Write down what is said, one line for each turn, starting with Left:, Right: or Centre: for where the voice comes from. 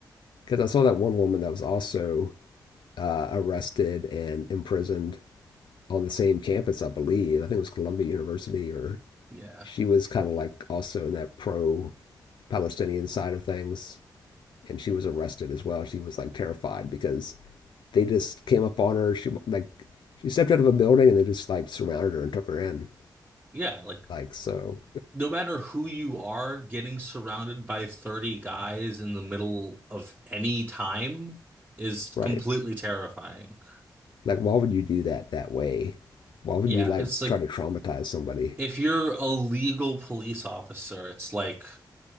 Left: Because I saw that one woman that was also uh, arrested and imprisoned on the same campus, I believe. I think it was Columbia University, or
Right: Yeah.
Left: she was kind of like also in that pro-Palestinian side of things, and she was arrested as well. She was like terrified because they just came up on her. She like she stepped out of a building and they just like surrounded her and took her in.
Right: Yeah, like
Left: Like so,
Right: no matter who you are, getting surrounded by 30 guys in the middle of any time is
Left: right?
Right: completely terrifying.
Left: Like why would you do that that way? Why would
Right: Yeah,
Left: you like
Right: it's like
Left: try to traumatize somebody?
Right: if you're a legal police officer, it's like,